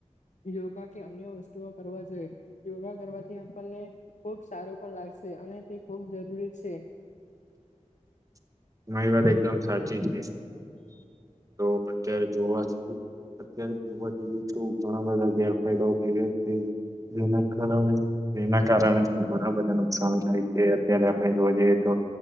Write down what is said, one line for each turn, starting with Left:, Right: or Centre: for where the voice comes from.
Left: યોગા કે અન્ય વસ્તુઓ કરવા જોઈએ યોગા કરવાથી આપણને ખુબ સારું પણ લાગે. અને તે ખૂબ જરૂરી છે.
Right: <inaudible> મારી વાત એકદમ સાચી જ તો અત્યારે જોવા જેવું અત્યારે જોવા જઈએ તો ઘણા બધા ગેરફાયદાઓ થ્યા છે જેના કારણે એના કારણે ઘણા બધા નુકસાન થાય છે. અત્યારે આપણે જોવા જઈએ તો